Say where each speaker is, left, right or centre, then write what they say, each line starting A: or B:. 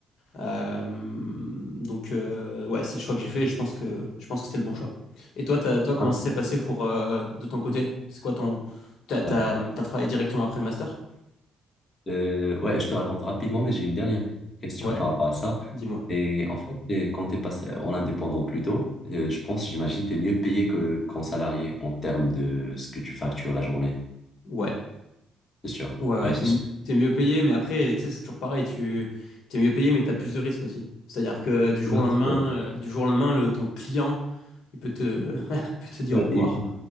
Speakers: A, on the left; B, on the left.
A: Euh, donc, euh, ouais, c'est le choix que j'ai fait et je pense que, je pense que c'était le bon choix. Et toi, t'as- toi, comment
B: Hein
A: ça s'est passé pour, euh, de ton côté? C'est quoi ton. T'as, t'as,
B: Ouais.
A: t'as travaillé directement après le master?
B: Euh, ouais, je te raconte rapidement, mais j'ai une dernière question
A: Ouais,
B: <laughs> par rapport à ça.
A: dis-moi.
B: Et en fait, euh, quand t'es passé en indépendant plus tôt, euh, je pense, j'imagine, t'es mieux payé que qu'en salarié en termes de ce que tu factures la journée.
A: Ouais,
B: C'est sûr.
A: ouais, ouais,
B: Ouais,
A: t'es,
B: c'est
A: mi-
B: sûr.
A: t'es mieux payé, mais après, tu sais, c'est toujours pareil, tu, t'es mieux payé, mais t'as plus de risques aussi. C'est-à-dire que du jour
B: <laughs>
A: au lendemain,
B: Ouais,
A: euh, du jour au lendemain, le, ton client, il peut te, <laughs> il peut te dire
B: Ouais,
A: au revoir.
B: il faut